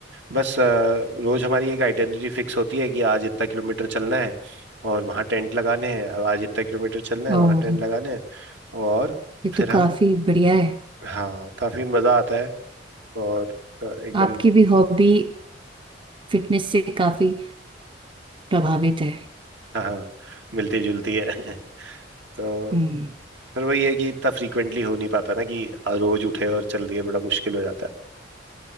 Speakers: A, on the right (about 70°); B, on the right (about 25°).
A: बस अ, रोज हमारी एक आइडेंटिटी फिक्स होती है कि आज इतना किलोमीटर चलना है और वहाँ टेंट लगाने हैं अब आज इतना किलोमीटर चलना है वहाँ
B: ओह
A: टेंट लगाने हैं और
B: ये तो
A: फिर हम
B: काफी बढ़िया है
A: हाँ काफी मजा आता है और अ, एकदम
B: आपकी भी हॉबी फिटनेस से काफी प्रभावित है
A: हाँ मिलती जुलती है <laughs> तो
B: हम्म
A: पर वही है कि इतना फ्रीक्वेंटली हो नहीं पाता ना कि रोज उठे और चल दिए बड़ा मुश्किल हो जाता है